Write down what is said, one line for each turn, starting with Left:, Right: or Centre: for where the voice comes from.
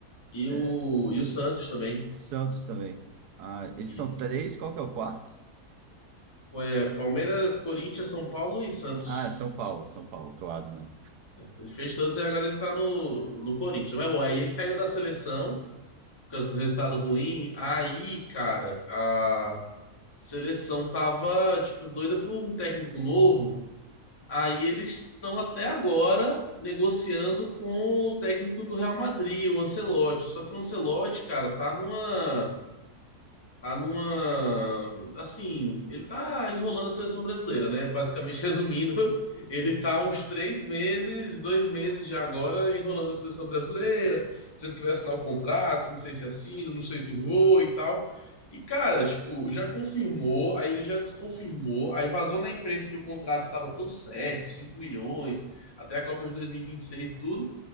Left: E
Right: é,
Left: o, e o Santos também.
Right: Santos também. Ah, esses
Left: Isso.
Right: são três, qual que é o quarto?
Left: Foi é, Palmeiras, Corinthians, São Paulo e Santos.
Right: Ah, São Paulo, São Paulo, claro, né?
Left: Ele fez todos e agora ele tá no, no Corinthians. Mas bom, aí ele caiu da seleção... por causa do resultado ruim. Aí, cara, a seleção tava, tipo, doida por um técnico novo. Aí eles estão até agora negociando com o técnico do Real Madrid, o Ancelotti. Só que o Ancelotti, cara, tá numa Tá numa. Assim, ele tá enrolando a seleção brasileira, né? Basicamente, <laughs> resumindo, ele tá há uns três meses, dois meses já agora, enrolando a seleção brasileira, sempre que vai assinar o contrato, não sei se assina, não sei se vou e tal. E, cara, tipo, já confirmou, aí ele já desconfirmou, aí vazou na imprensa que o contrato tava todo certo, 5 milhões, até a Copa de 2026 e vinte e seis e tudo.